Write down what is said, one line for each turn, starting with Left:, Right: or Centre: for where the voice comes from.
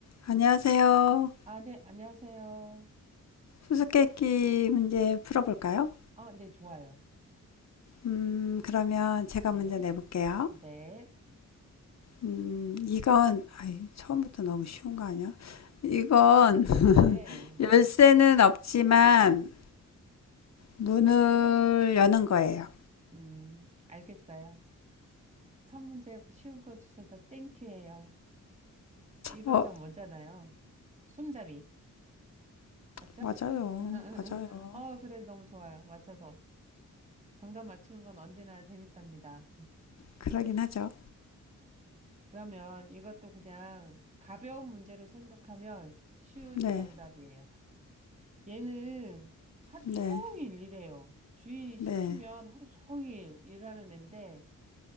Left: 안녕하세요.
Right: 아, 네, 안녕하세요.
Left: 수수께끼 문제 풀어볼까요?
Right: 아, 네, 좋아요.
Left: 음, 그러면 제가
Right: 네,
Left: 먼저 내볼게요.
Right: 네,
Left: 음, 이건, 아이, 처음부터 너무 쉬운 거 아니야? 이건
Right: 네.
Left: 열쇠는 없지만 문을 여는 거예요.
Right: 음, 알겠어요. 첫 문제 쉬운 거 주셔서 땡큐예요. 이거
Left: 어,
Right: 저 뭐잖아요. 손잡이. 맞죠?
Left: 맞아요.
Right: <laughs>
Left: 맞아요.
Right: 어, 그래, 너무 좋아요. 맞춰서. 정답 맞추는 건 언제나 재밌답니다.
Left: 그러긴 하죠.
Right: 그러면 이것도 그냥 가벼운 문제로 생각하면 쉬운
Left: 네,
Right: 정답이에요. 얘는 하루
Left: 네,
Right: 종일 일해요. 주인이
Left: 네.
Right: 시키면 하루 종일 일하는 애인데